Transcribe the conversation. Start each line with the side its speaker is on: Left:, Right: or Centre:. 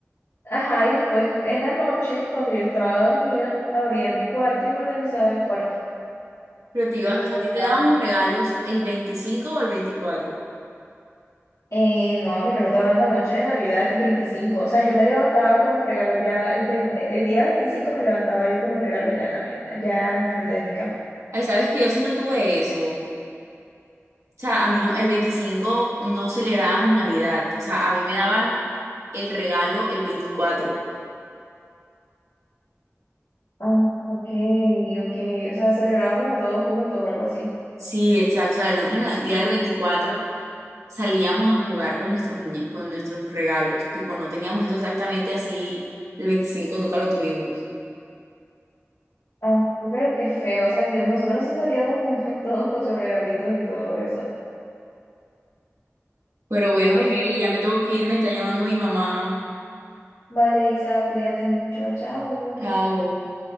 Left: Ajá, y después en la noche, cuando yo estaba dormida, abría mi cuarto y me organizaba el cuarto.
Right: Pero te iba,
Left: Y me acostaba.
Right: o sea, a ti te daban los regalos el 25 o el veinticuatro
Left: Eh, no, a mí me lo daban en la noche de Navidad, el veinticinco O sea, yo me levantaba con los regalos ya, el del, el día 25 me levantaba yo con los regalos ya en la mesa, ya enfrente de mi cama.
Right: Ay, sabes que yo sí no tuve eso. O sea, a mí no, el 25 no celebrábamos Navidad. O sea, a mí me daban el regalo el veinticuatro
Left: Ah, ok, ok. O sea, celebraban como todos juntos o algo así.
Right: Sí, exacto. O sea, nosotros en el día del 24. salíamos a jugar con nuestros muñe- con nuestros regalos. Tipo, no teníamos eso exactamente así. El 25 nunca lo tuvimos.
Left: Ah, sí, pero qué feo. O sea, yo, nosotros sí salíamos como <laughs> todos con sus regalitos y todo eso.
Right: Pero bueno,
Left: Es-
Right: Kelly, ya me tengo que ir, me está llamando mi mamá.
Left: vale, Isa, cuídate mucho. Chao.
Right: Chao.